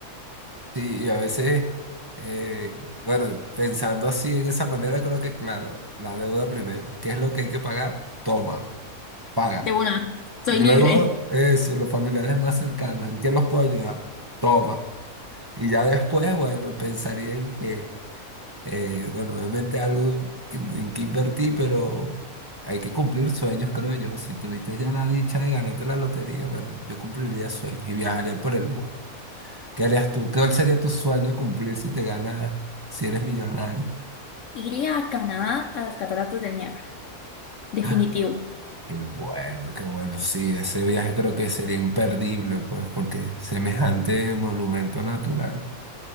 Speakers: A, on the right (about 20°); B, on the left (about 65°).
A: Sí, y a veces, eh, bueno, pensando así en esa manera, creo que claro, la deuda primero, ¿qué es lo que hay que pagar? Toma, paga.
B: De una, soy
A: Luego,
B: libre.
A: eso, los familiares más cercanos, ¿en qué los puedo ayudar? Toma. Y ya después, bueno, pensaría en que, eh, bueno, obviamente algo que- en que invertí, pero hay que cumplir sueños, creo yo. Si tuviste ya la dicha de ganarte la lotería, bueno, yo cumpliría sueños y viajaría por el mundo. ¿Qué harías tú? ¿Cuál sería tu sueño cumplir si te ganas, si eres millonario?
B: Iría a Canadá a las cataratas del Niágara. Definitivo.
A: Ah, qué bueno, qué bueno. Sí, ese viaje creo que sería imperdible, pues, porque semejante monumento natural.